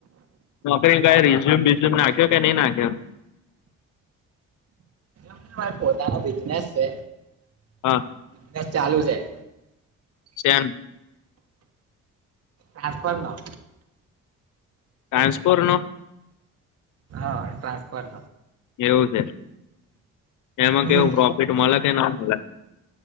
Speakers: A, on the left; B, on the right.
A: નોકરીને કઈ રિઝ્યુમ બિઝ્યુમ નાખ્યો કે નહીં નાખ્યો.
B: નહિ મારે પોતાનો બિઝનેસ છે.
A: હા
B: બસ ચાલુ છે.
A: શેન
B: ઘાસ પર નો
A: ટ્રાન્સફરનો
B: હા ટ્રાસફરર
A: એવું છે એમાં
B: હમ
A: કેવું પ્રોફિટ મળે કે ના મળે